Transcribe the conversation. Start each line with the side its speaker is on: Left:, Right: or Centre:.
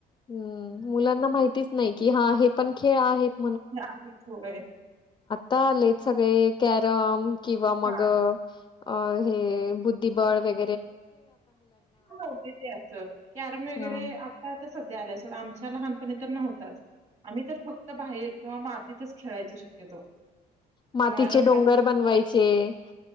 Left: हम्म मुलांना माहितीच नाही की हा हे पण खेळ आहेत
Right: नाकीचोय
Left: ता आलेत सगळे कॅरम किंवा मग
Right: हा
Left: अ हे बुद्धिबळ वेग
Right: होते ते असं कॅरम वगैरे
Left: ह
Right: आता तर सध्या आलाय सोडं आमच्या लहानपणी तर नव्हताच आम्ही तर फक्त बाहेर किंवा म आातीतच खेळायच शक्यतो
Left: मातीचे
Right: किंवा लफा
Left: डोंगर बनवायचे.